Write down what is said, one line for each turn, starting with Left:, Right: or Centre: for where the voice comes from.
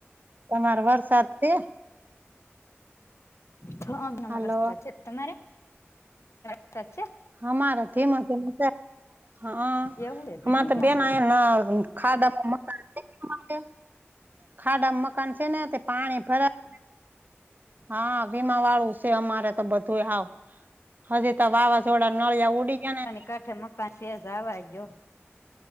Right: તમારે વરસાદ છે?
Left: હા અમારે
Right: હાલો
Left: વરસાદ છે. તમારે? વરસાદ છે.
Right: હમારે ધીમો ધીમો છે હા
Left: એવું છે ધીમું
Right: અમારે તો
Left: થયું
Right: બેન
Left: છે
Right: <unintelligible> ખાડામાં મકાન છે ખાડામાં મકાન છે ને તે પાણી ભરાઈ. હા વીમા વાળું છે અમારે તો બધું હાવ હજી તો વાવા જોડા નલિયા ઉડી ગયા ને
Left: કાઠે મકાન છે જાવા દયો